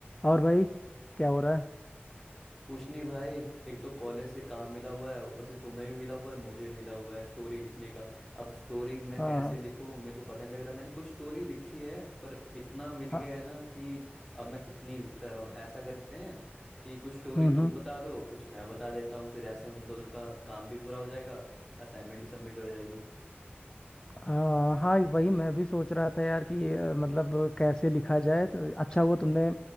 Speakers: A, on the left; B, in the centre.
A: और भाई क्या हो रहा है
B: कुछ नहीं भाई एक तो कॉलेज से काम मिला हुआ है ऊपर से तुम्हें भी मिला हुआ है मुझे भी मिला हुआ है स्टोरी लिखने का अब स्टोरी मैं
A: हाँ
B: कैसे
A: हाँ
B: लिखूं मेरे को पता नहीं लग रहा मैंने कुछ स्टोरी लिखी है पर इतना मिल गया
A: हाँ
B: है ना कि अब मैं कितनी लिखता रहूं ऐसा करते हैं कि कुछ स्टोरी
A: हम्म
B: तुम
A: हम्म
B: बता दो कुछ मैं बता देता हूँ फिर ऐसे हम दोनों का काम भी पूरा हो जाएगा असाइनमेंट भी सबमिट हो जाएगी
A: हाँ हाँ, वही मैं भी सोच रहा था यार कि अ, मतलब कैसे लिखा जाए तो अच्छा हुआ तुमने